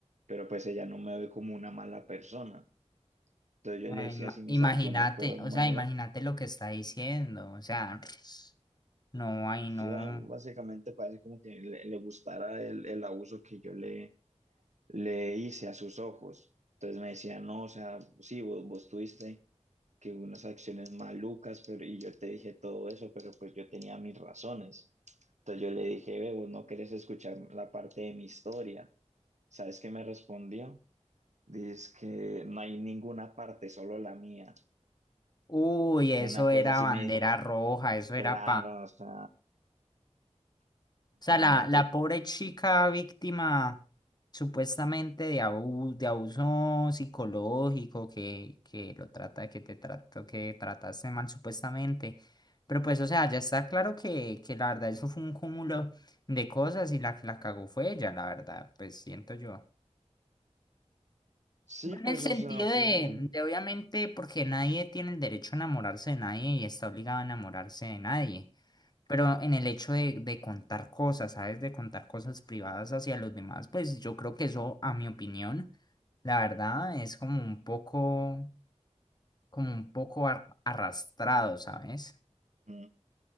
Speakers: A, on the right (about 75°); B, on the left (about 35°).
A: pero pues ella no me ve como una mala persona. Entonces yo
B: Ah,
A: le decía
B: ima-
A: si mis
B: imagínate,
A: acciones fueron
B: o
A: malas.
B: sea, imagínate lo que está diciendo, o sea, <sniffs> no, ay,
A: Sí,
B: no.
A: ah, básicamente parece como que le, le gustara el, el abuso que yo le, le hice a sus ojos. Entonces me decía, no, o sea, sí, vos, vos tuviste que unas acciones malucas, pero y yo te dije todo eso, pero pues yo tenía mis razones. Entonces yo le dije, ve, vos no querés escuchar la parte de mi historia. ¿Sabes qué me respondió? Dice que no hay ninguna parte, solo la mía.
B: Uy, eso
A: Una
B: era
A: cosa así
B: bandera
A: me dijo,
B: roja, eso
A: claro,
B: era pa.
A: o sea, imagínate.
B: O sea, la, la pobre chica víctima supuestamente de abu- de abuso psicológico, que, que lo trata, que te trató, que trataste mal supuestamente. Pero pues, o sea, ya está claro que, que la verdad eso fue un cúmulo de cosas y la que la cagó fue ella, la verdad, pues siento yo.
A: Sí,
B: No
A: pues,
B: En el sentido
A: o sea, fueron.
B: de, de, obviamente, porque nadie tiene el derecho a enamorarse de nadie y está obligado a enamorarse de nadie, pero en el hecho de, de contar cosas, ¿sabes? De contar cosas privadas hacia los demás, pues yo creo que eso, a mi opinión, la verdad, es como un poco, como un poco ar- arrastrado, ¿sabes?
A: mm,